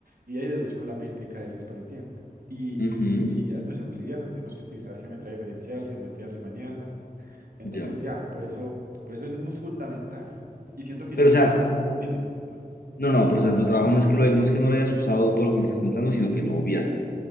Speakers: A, on the right; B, on the left.
A: y ahí deduzco la métrica de ese espacio-tiempo. Y
B: Ujú,
A: si ya no es euclidiano, tenemos que utilizar geometría diferencial, geometría riemanniana. Entonces
B: ya.
A: ya, por eso, por eso es muy fundamental. Y siento que
B: Pero,
A: yo la...
B: o sea,
A: Dime, dime.
B: no, no, pero o sea, en tu trabajo no es que lo, hay- no es que no lo hayas usado todo lo que me estás contando, sino que lo obviaste.